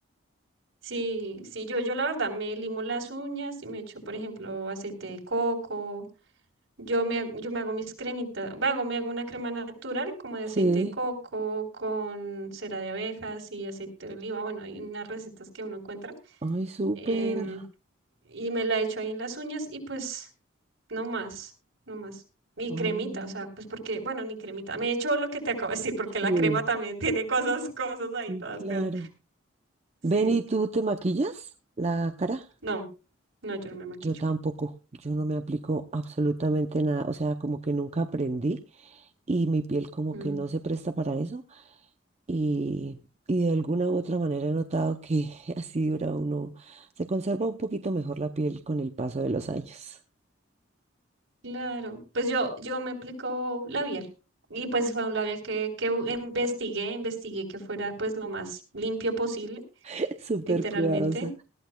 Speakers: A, on the right (about 70°); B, on the right (about 30°).
A: Sí, sí, yo, yo la verdad me limo las uñas y me echo, por ejemplo, aceite de coco. Yo me, ha- yo me hago mis cremitas, me hago, me hago una crema natural como de aceite
B: Sí,
A: de coco con cera de abejas y aceite de oliva. Bueno, hay unas recetas que uno encuentra
B: ay, súper.
A: em, y me la echo ahí en las uñas y pues No más, no más. Y
B: Mm,
A: cremita, o sea, pues porque, bueno, ni cremita. Me he hecho lo que te acabo de decir, porque la
B: sí,
A: crema también <laughs> tiene cosas, cosas ahí,
B: sí,
A: todas
B: claro.
A: feas. Sí,
B: Ven, ¿y tú te maquillas la cara?
A: no, no, yo no me maquillo.
B: Yo tampoco, yo no me aplico absolutamente nada, o sea, como que nunca aprendí y mi piel como
A: Mm,
B: que no se presta para eso. Y, y de alguna u otra manera he notado que <laughs> así dura uno, se conserva un poquito mejor la piel con el paso de los años.
A: Claro, pues yo, yo me aplico labial. Y pues fue un labial que, que investigué, investigué que fuera pues lo más limpio posible,
B: <laughs> Súper
A: literalmente.
B: cuidadosa.